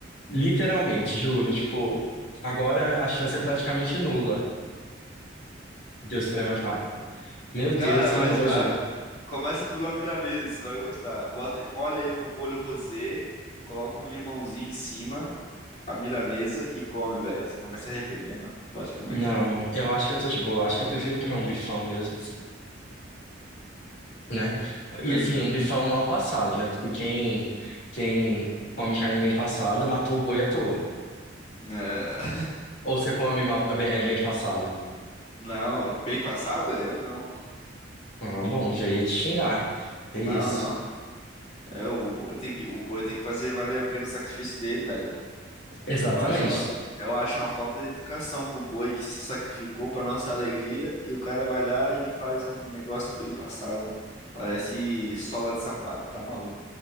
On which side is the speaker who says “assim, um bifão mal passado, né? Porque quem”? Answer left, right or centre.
Left